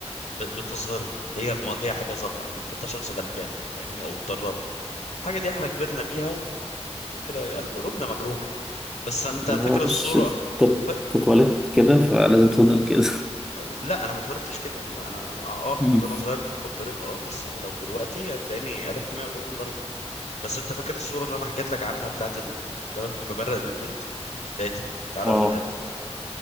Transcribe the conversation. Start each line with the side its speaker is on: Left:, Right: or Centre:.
Left: ب- بتظهرها هي ما هي حاجه ظاهره انك انت شخص غلبان فاهمني او اتضررت الحاجه دي احنا كبرنا بيها كده يعني قلوبنا مجروح بس انت
Centre: هي
Left: فاكر الصورة
Centre: بص تت-
Left: ف...
Centre: تتولد كده فلازم تفضل كده
Left: لا انا ما اتولدتش كده لا انا انا اه
Centre: <laughs> مم.
Left: كنت وانا صغير كنت بتضرب اه بس انا لو دلوقتي هتلاقيني قلبت 180 درجة بس انت فاكر الصورة اللي انا حكيت لك عنها بتاعت ال... اللي انا كنت ببرق للبنت لقيتها تعالى
Centre: <laughs>
Left: اوريها لك